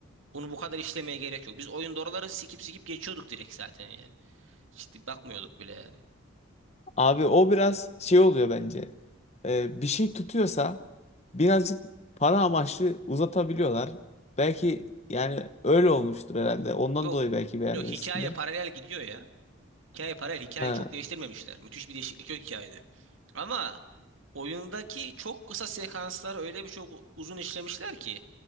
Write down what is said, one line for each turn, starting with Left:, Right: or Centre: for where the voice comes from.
Right: Bunu bu kadar işlemeye gerek yok. Biz oyunda oraları sikip sikip geçiyorduk direkt zaten yani. Ciddi bakmıyorduk bile yani.
Left: Abi o biraz şey oluyor bence. Ee, bir şey tutuyorsa birazcık para amaçlı uzatabiliyorlar. Belki yani öyle olmuştur herhalde. Ondan
Right: Yok.
Left: dolayı belki beğenmemişsindir.
Right: Yok hikaye paralel gidiyor ya. Hikaye paralel. Hikayeyi
Left: Ha.
Right: çok değiştirmemişler. Müthiş bir değişiklik yok hikayede. Ama oyundaki çok kısa sekanslar öyle bir çok uzun işlemişler ki